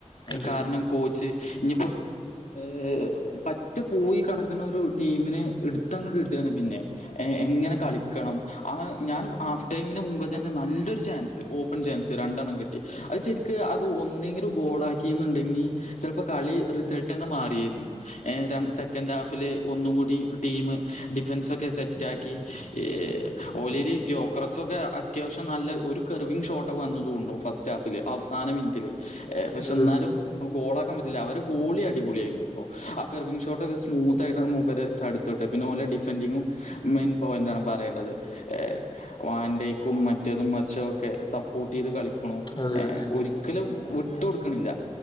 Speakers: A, on the left (about 40°); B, on the left (about 85°).
A: അതെ
B: കാരണം കോച്ച് ഇനിപ്പം ഏ പറ്റ പോയി കെടക്ക്‌ണൊരു ടീമിനെ ഇട്ത്തങ്ങട്ട് ഇടാണ് പിന്നെ എങ്ങനെ കളിക്കണം ആ ഞാന് ആഫ്ടൈമിന് മു മ്പ്ത്തെന്നെ നല്ലൊരു ചാൻസ് ഓപ്പൺ ചാൻസ് രണ്ടെണ്ണം കിട്ടി അത് ശെരിക്ക്‌ അത് ഒന്നെങ്കിലും ഗോള ക്കി ന്ന്ണ്ടെങ്കി ചെൽപ്പോ കളി റിസൾട്ടെന്നെ മാറിയേന്നു എ രണ്ട് സെക്കൻഡാഫില് ഒന്നും കൂടി ടീമ് ഡിഫൻസൊക്കെ സെറ്റാക്കി ഏ ഓലെല് യോക്രസൊക്കെ അത് ത്യാവശ്യം നല്ല ഒരു കർവിങ് ഷോട്ടൊക്കെ വന്നു തോണു ഫസ്റ്റ് ഹാഫില് അവസാന മിന്റ്ല് ഏ പക്ഷെ
A: അതെ
B: ന്നാലും
A: അതെ
B: അത് ഗോളാക്കാൻ പറ്റില്ല അവര് ഗോളി അടിപൊളിയായ്ന്നുട്ടോ ആ കർവിങ് ഷോട്ടൊക്കെ സ്മൂത്തായിട്ടാണ് മൂപ്പര് തട് ത്ത്ട്ടത് പിന്നോലെ ഡിഫന്റിങ്ങും മെയിൻ പോയിന്റാണ് പറയണ്ടത് എ വ ക്കും മറ്റേതും മർച്ചേതൊക്കെ സപ്പോർട്ടെയ്ത്
A: ഉം.
B: കളിക്കുണു
A: അതെ
B: എ
A: അതെ അതെ
B: ഒരി രിക്കലും വിട്ട് കൊടുക്ക്‌ണില്ല